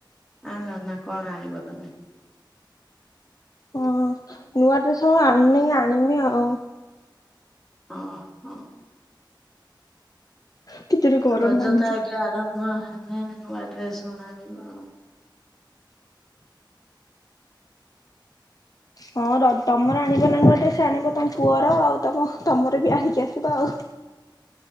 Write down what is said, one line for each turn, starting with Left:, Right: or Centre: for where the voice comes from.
Centre: ଆଣ ନା କଣ ଆଣିବ ତମେ?
Left: ହଁ ନୂଆ ଡ୍ରେସ ହଣ ଆଣିନି ଆଣିବି ଆଉ
Centre: ଅ ହ।
Left: କି ଜୋରେ ଗରମ
Centre: ରଜ
Left: ଲାଗୁଛି।
Centre: ତ ଆଜ୍ଞା ଆରମ୍ଭ ହେଲା ନୂଆ ଡ୍ରେସ ଅଣାଯିବ ଆଉ
Left: ହଁ ତମର ଆଣିବ ନା ନୂଆ ଡ୍ରେସ ଆଣିବ ତମ ପୁଅର ଆଉ ତମ ତମର ବି ଆଣିକି ଆସିବ ଆଉ